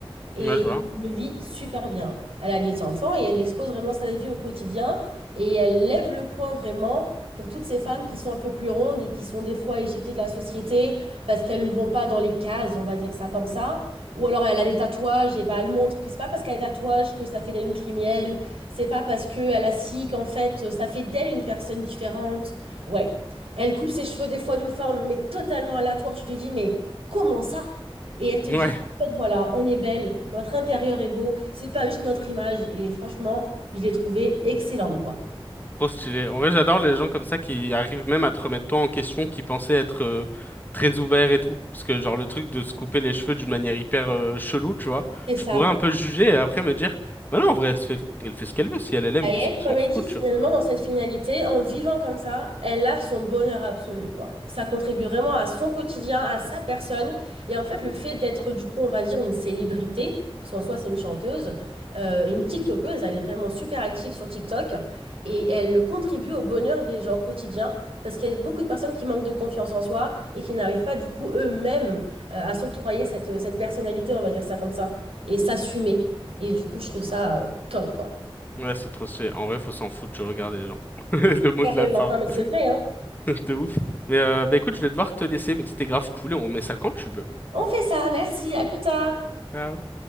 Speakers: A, on the right; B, on the left.
A: Et
B: Ouais, je vois.
A: elle le vit super bien. Elle a des enfants et elle expose vraiment sa vie au quotidien. Et elle lève le point vraiment pour toutes ces femmes qui sont un peu plus rondes et qui sont des fois éjectées de la société parce qu'elles ne vont pas dans les cases, on va dire ça comme ça. Ou alors elle a des tatouages et bah elle montre que c'est pas parce qu'elle a des tatouages que ça fait d'elle une criminelle. C'est pas parce qu'elle a ci qu'en fait ça fait d'elle une personne différente. Ouais. Elle coupe ses cheveux des fois d'une forme mais totalement aléatoire. Tu te dis mais comment ça? Et elle te
B: Ouais,
A: dit en fait, voilà, on est belle, notre intérieur est beau, c'est pas juste notre image. Et franchement, je l'ai trouvée excellente, quoi.
B: <laughs> trop stylé. En vrai, j'adore les gens comme ça qui arrivent même à te remettre toi en question, qui pensaient être euh, très ouverts et tout. Parce que, genre, le truc de se couper les cheveux d'une manière hyper euh, chelou, tu vois,
A: C'est ça.
B: je pourrais un peu juger et après me dire, bah non, en vrai, elle se fait, elle fait ce qu'elle veut. Si elle elle aime,
A: Et
B: qu'est-ce
A: elle,
B: qu'on
A: comme
B: s'en
A: elle
B: fout,
A: dit, finalement,
B: tu vois.
A: dans cette finalité, en vivant comme ça, elle a son bonheur absolu, quoi. Ça contribue vraiment à son quotidien, à sa personne. Et en fait, le fait d'être, du coup, on va dire une célébrité, parce qu'en soi, c'est une chanteuse, euh, une TikTokeuse, elle est vraiment super active sur TikTok. Et elle contribue au bonheur des gens quotidiens, parce qu'il y a beaucoup de personnes qui manquent de confiance en soi et qui n'arrivent pas, du coup, eux-mêmes, euh, à s'octroyer cette, cette personnalité, on va dire ça comme ça, et s'assumer. Et du coup, je trouve ça, euh, top, quoi.
B: Ouais, c'est trop stylé. En vrai, faut s'en foutre, je regarde les gens. <laughs> Le mot
A: Carrément,
B: de la fin.
A: non mais c'est
B: <laughs>
A: vrai, hein.
B: De ouf. Mais euh, bah écoute, je vais devoir te laisser, mais c'était grave cool et on remet ça quand tu veux.
A: On fait ça, merci, à plus tard.
B: Ciao.